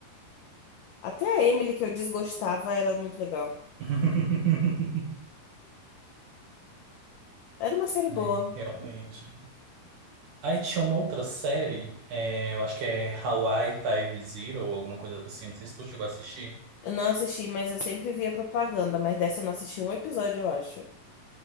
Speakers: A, on the left; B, on the right.
A: Até a Emily, que eu desgostava, era muito legal.
B: <laughs>
A: Era uma série boa.
B: É, realmente. Aí tinha uma outra série, é, eu acho que é Hawaii Five-Zero ou alguma coisa assim, não sei se tu chegou a assistir.
A: Eu não assisti, mas eu sempre via propaganda. Mas dessa eu não assisti um episódio, eu acho.